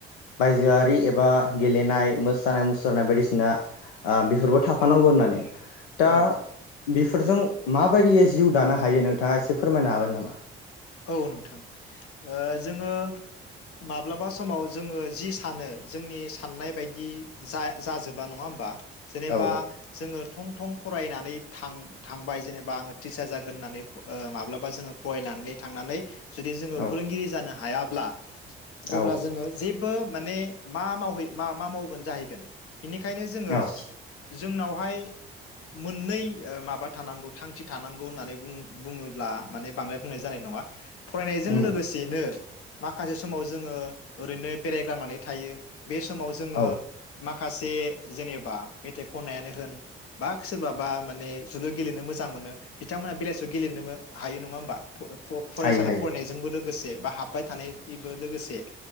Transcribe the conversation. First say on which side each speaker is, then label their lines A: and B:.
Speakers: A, on the left; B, on the left.
A: बायजोआरि एबा गेलेनाय मोसानाय मुसुरनाय बायदिसिना आ बेफोरबो थाफानांगौ होननानै। दा
B: औ
A: बेफोरजों माबायदियै जिउ दानो हायो नोंथाङा एसे फोरमायनो हागोन नामा?
B: औ नोंथां ओ जोङो माब्लाबा समाव जोङो जि सानो जोंनि साननाय बायदि जा जाजोबा नङा होमबा जेनेबा
A: औ
B: जोङो थं थं फरायनानै थां थांबाय जेनेबा आङो टिचार जागोन होननानै माब्लाबा जोङो फरायनानै थांनानै जुदि जोङो
A: औ
B: फोरोंगिरि जानो हा हायाब्ला
A: औ
B: अब्ला जोङो जेबो माने मा मावहै मा मा मावगोन जाहैगोन बिनिखायनो जोङो
A: औ
B: जोंनावहाय मोननै माबा थानांगौ थांखि थानांगौ होननानै बुङोब्ला माने बांद्राय बुंनाय जानाय नङा फरायनायजों
A: उम
B: लोगोसेनो माखासे समाव जोङो ओरैनो बेरायग्लांनानै थायो बे समाव जोङो
A: औ
B: मा खासे जेनेबा मेथाइ खननायानो होन बा सोरबाबा माने जोलुर गेलेनो मोजां मोनो बिथांमोनहा बेलासियाव गेलेनो हायो नङा होमबा <inaudible> फ फरायसालियाव
A: हायो हायो
B: फरायनायजोंबो लो लोगोसे बा हाबबाय थानायबो लोगोसे